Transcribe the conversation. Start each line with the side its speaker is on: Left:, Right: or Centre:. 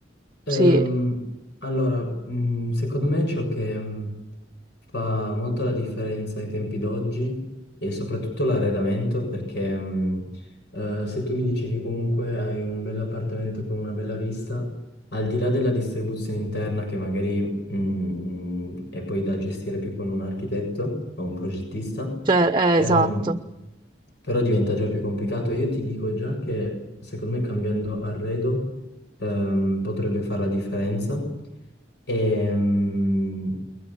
Left: ehm,
Right: sì,
Left: allora, mh, secondo me ciò che mh, fa molto la differenza ai tempi d'oggi è soprattutto l'arredamento, perché mh, eh, se tu mi dici che comunque hai un bell'appartamento con una bella vista, al di là della distribuzione interna che magari mh, è poi da gestire più con un architetto o un progettista,
Right: cioè, eh,
Left: ehm,
Right: esatto.
Left: Però diventa già più complicato. Io ti dico già che secondo me cambiando arredo ehm, potrebbe fare la differenza. Ehm,